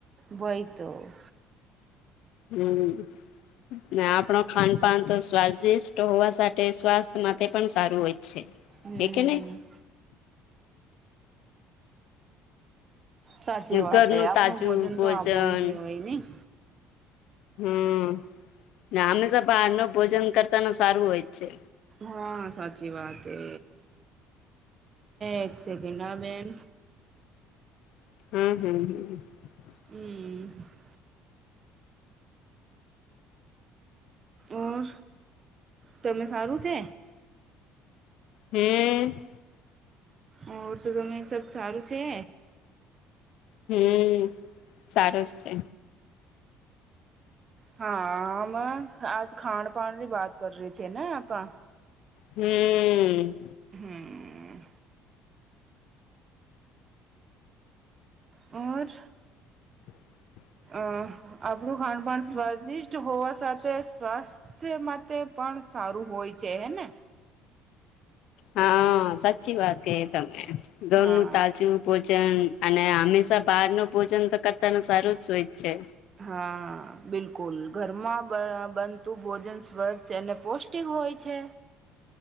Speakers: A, on the right; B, on the left.
A: બ તો
B: હમ. ના આપણ ખાન પાાન તો સ્વાદિષ્ટ હોવા સાથે સ્વાસ્થ્ય માટે પણ સારું હોય.
A: હમ
B: એ કેને.
A: સાચી વાત
B: ઘરનું
A: એ આપણું
B: તાજું
A: ભોજન
B: ભોજન
A: તો આપણું જ હોય નહ.
B: હમ ના હમેશા બહાર ન ભોજન કરતા ન સારું હોય જ છે.
A: હા સાચી વાત એ એક સેકન્ડા બેન
B: હમ હમ હ.
A: હમ ઓર તમે સારું છે.
B: હમ.
A: ઓ તો તમે સબ સારું છે.
B: હમ સારું જ છે.
A: હા મે આજ ખાન પાણની બાત કર રહી હતી ના આપા
B: હમ.
A: હમ. ઓર
B: હ.
A: અ આપણું ખાંડ પણ સ્વાદિષ્ટ હોવા સાથે સ્વાસ્થ્ય માટે પણ સારું હોય છે હે ને
B: હા સાચી વાત કે તમે ઘરનું
A: હા
B: તાજું ભોજન અને હંમેશા બહારનુ ભોજન તો કરતા સારું જ હોય જ છે.
A: હા બિલકુલ ઘરમાં બનતું ભોજન સ્વચ્છ અને પોસ્ટિંગ હોય છે